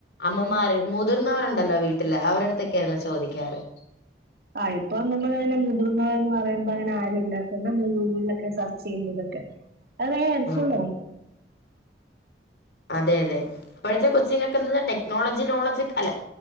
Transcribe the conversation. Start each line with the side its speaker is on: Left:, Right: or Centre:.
Left: അമ്മമാര് മുതിർന്നവരുണ്ടല്ലോ വീട്ടില് അവരുടടുത്തൊക്കെ ആയിരുന്നു ചോദിക്കാറ്
Right: ആഹ് ഇപ്പൊ നമ്മളങ്ങനെ മുതിർന്ന എന്ന് പറയുമ്പോ അങ്ങനെ ആരും ഇല്ലാത്ത നമ്മള് ഗൂഗിളിലൊക്കെ സെർച്ച് ചെയ്യുന്നതൊക്കെ അത് ഭയങ്കര ഹെൽഫുള്ള്
Left: ആഹ്
Right: ആണ്
Left: അതെ അതെ ഇപഴത്തെ കൊച്ചിങ് ഒക്കെ ന്നത് ടെക്നോളജി നോളജ് അല്ല